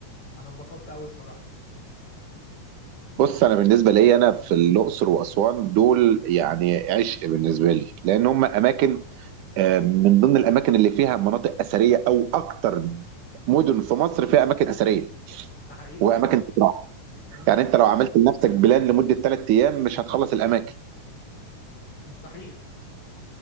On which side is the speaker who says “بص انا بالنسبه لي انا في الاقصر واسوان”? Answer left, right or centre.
Right